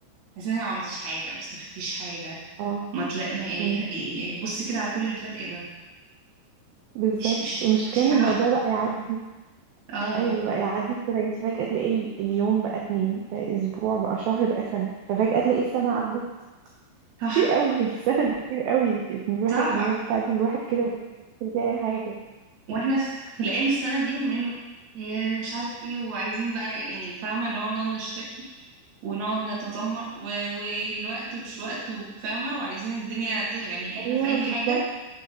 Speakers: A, on the right; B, on the right.
A: حاسة انك ما عملتيش حاجة ما استفدتيش حاجة
B: اه
A: ما تلاقي يعني
B: امم
A: يعني بصي كده على كل اللي فات ايه ده
B: بالظبط
A: مش مش
B: المشكلة
A: مش
B: ان
A: حاجة
B: الموضوع
A: ح-
B: بقى يعدي
A: اه
B: ايوه بقى يعدي بسرعه انت فجاه تلاقي ال- اليوم بقى اتنين بقى اسبوع بقى شهر بقى سنه ففجاه تلاقي السنه عدت
A: صح
B: كتير قوي <laughs> يعني السنه دي كتير قوي إن الواحد
A: صح
B: ان هي تعدي من الواحد كده من غير ما يحس إن فيها اي حاجه
A: واحنا في خلال السنة دي من هي مش عارف ايه وعايزين بقى يعني فاهمة ان هو بنقعد نشتكي ونقعد نتذمر و- والوقت مش وقت وفاهمة وعايزين الدنيا ت- يعني احنا
B: ايوه
A: في اي
B: بالظبط
A: حاجة